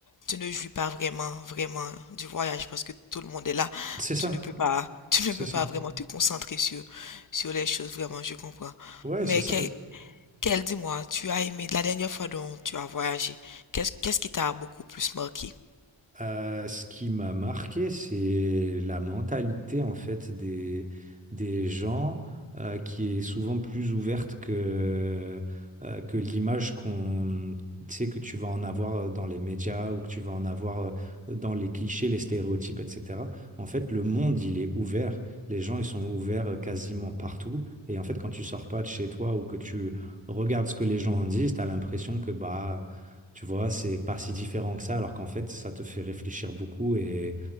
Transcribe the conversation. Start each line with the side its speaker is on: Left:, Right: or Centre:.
Left: tu ne jouis pas vraiment, vraiment du voyage parce que tout le monde est là.
Right: C'est ça,
Left: Tu ne peux pas, tu ne
Right: c'est
Left: peux
Right: ça.
Left: pas vraiment te concentrer sur, sur les choses, vraiment, je comprends.
Right: Ouais,
Left: Mais
Right: c'est ça.
Left: quel, quel, dis-moi, tu as aimé la dernière fois dont tu as voyagé, qu'est-ce, qu'est-ce qui t'a beaucoup plus marqué?
Right: Euh, ce qui m'a marqué, c'est la mentalité en fait des, des gens euh, qui est souvent plus ouverte que, euh, que l'image qu'on, tu sais, que tu vas en avoir dans les médias ou que tu vas en avoir euh, dans les clichés, les stéréotypes, etc. En fait, le monde, il est ouvert. Les gens, ils sont ouverts euh, quasiment partout. Et en fait, quand tu sors pas de chez toi ou que tu regardes ce que les gens en disent, tu as l'impression que bah tu vois, c'est pas si différent que ça, alors qu'en fait, ça te fait réfléchir beaucoup et,